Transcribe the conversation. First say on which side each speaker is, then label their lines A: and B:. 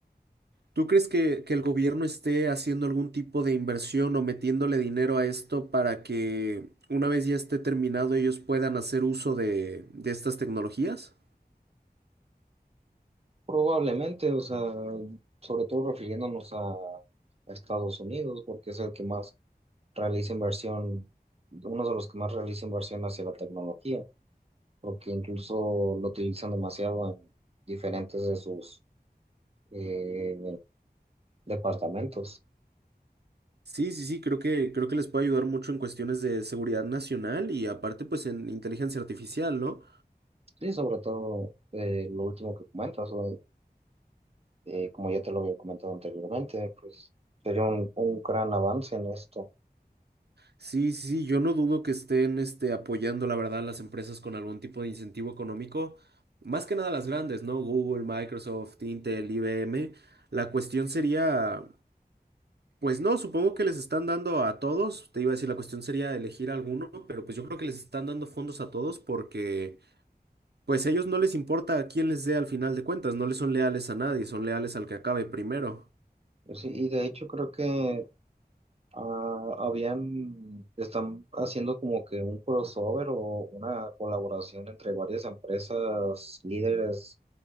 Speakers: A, on the right; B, on the right.
A: ¿Tú crees que, que el gobierno esté haciendo algún tipo de inversión o metiéndole dinero a esto para que una vez ya esté terminado ellos puedan hacer uso de de estas tecnologías?
B: Probablemente, o sea, sobre todo refiriéndonos a, a Estados Unidos, porque es el que más realiza inversión, uno de los que más realiza inversión hacia la tecnología, porque incluso lo utilizan demasiado en diferentes de sus eh, departamentos.
A: Sí, sí, sí, creo que, creo que les puede ayudar mucho en cuestiones de seguridad nacional y aparte pues en inteligencia artificial, ¿no?
B: Sí, sobre todo eh, lo último que comentas, o, eh, como ya te lo había comentado anteriormente, pues sería un, un gran avance en esto.
A: Sí, sí, sí, yo no dudo que estén este, apoyando, la verdad, a las empresas con algún tipo de incentivo económico, más que nada las grandes, ¿no? Google, Microsoft, Intel, IBM. La cuestión sería, pues no, supongo que les están dando a todos, te iba a decir, la cuestión sería elegir alguno, pero pues yo creo que les están dando fondos a todos porque... Pues a ellos no les importa a quién les dé al final de cuentas, no les son leales a nadie, son leales al que acabe primero.
B: Sí, y de hecho creo que Ah, habían, están haciendo como que un crossover o una colaboración entre varias empresas líderes